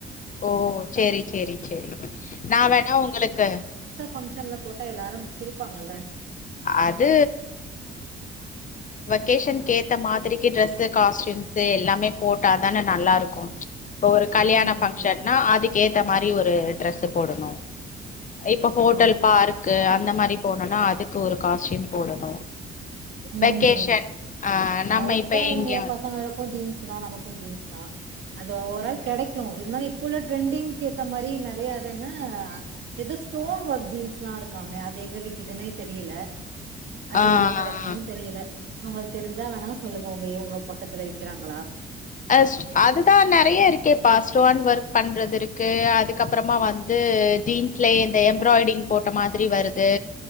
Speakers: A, on the left (about 40°); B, on the right (about 70°).
A: ஓ செரி செரி செரி நா வேணா உங்களுக்கு
B: ஃபங்ஷன்ல போட்டா எல்லாரும் சிரிப்பாங்கல்ல
A: அது கேஷன்க்கேத்த மாத்ரிக்கு ட்ரெஸ்ஸு காஸ்ட்யூம்ஸ்ஸு எல்லாமே போட்டா தானே நல்லாருக் கூ இப்போ ஒரு கல்யாண
B: ம்
A: ஃபங்ஷன்னா
B: ம்
A: அதுக்கேத்த மாரி ஒரு ட்ரெஸ்ஸு போடணு. இப்ப ஹோட்டல்
B: ஆமா
A: பார்க்கு அந்த மாரிப் போனோனா அதுக் கு ஒரு காஸ்டியூம் போடணூ
B: ம்
A: வெக்கேஷன் ஆ நம்ம
B: மோஸ்ட்டா
A: இப்ப எங்கயாவது
B: இங்க பசங்களுக்கூ ஜீன்ஸ் தா நமக்கூ ஜீன்ஸ் தா அது ஓவரால் கெடைக்கூ இருந்தாலூ இப் ப உள்ள ட்ரெண்டிங்கேத்த மாரி நறைய அதென்ன எதோ ஸ்டோன் ஒர்க் ஜீன்ஸ்லா இருக்காமே அது எங்க விக்குதுன்னே தெரீல அது
A: ஆ ஆ
B: எங்க கிடைக்கோனு தெரியல நமக் தெரிஞ்சா வேணா சொல்லுங்க உங்க இவங்க பக்கத்துல விக்கிறாங்களா
A: அஸ் அதுதா நறைய இருக்கேப்பா ஸ்டோன் வர்க் பண்றதிருக்கு அதுக்கப்றமா வந்து ஜீன்ஸ்லயே இந்த எம்ப்ராய்டிங் போட்ட மாத்ரி வருது